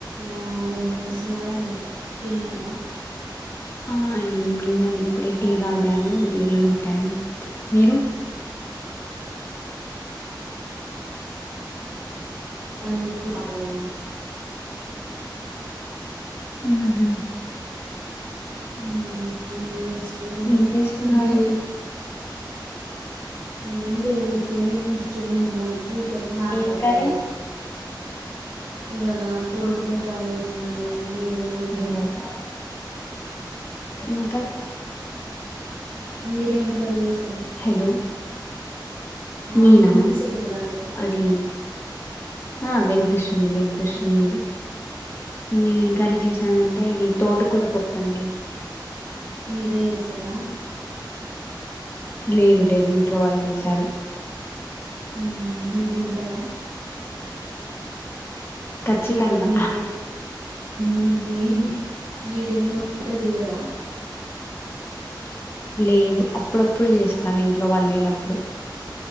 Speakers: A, on the right; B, on the left.
A: ఆ ఏం చేస్తున్నారా అండి తిన్నారా
B: ఆ ఏం లేదండి ఇప్పుడే టీ తాగాను వీళ్ళ నొకాను మీరు
A: <unintelligible>
B: హూ హూ
A: హుమ్ ఏం
B: ఏం చేస్తున్నారు
A: <unintelligible> ఏం లేదు ఉత్తిగ నే చూస్ చీను ఉన్నాను మీతో మాట్లాడుతున్నాను
B: ఏం కర్రీ
A: ఇవాళ కో చాలా చేసానండి మీరు ఏం వండారు
B: అదే అదే ఇంకా
A: మీరేం తరి చేస్
B: హలో
A: ఆ
B: నేనా
A: వినిపిస్త లేదా అండి
B: అది ఆ వినిపిస్తుంది వినిపిస్ ఉంది ఊ మ్ కర్రీ చేసానంటే ఇది తోటకూర పప్పు అండి
A: మీరే ఏసారా
B: లేదు లేదు ఇంట్లో వాళ్ళు చేశారు
A: హు మ్ మీరు తింటారా
B: ఖచ్చితంగా
A: చేయరా మీరు ఏఏం మీగేమి మీరు ఏం వంట చేయరా
B: లేదు అప్పుడప్పుడు చేస్తాను ఇంట్లో వాళ్ళు లేనప్పుడు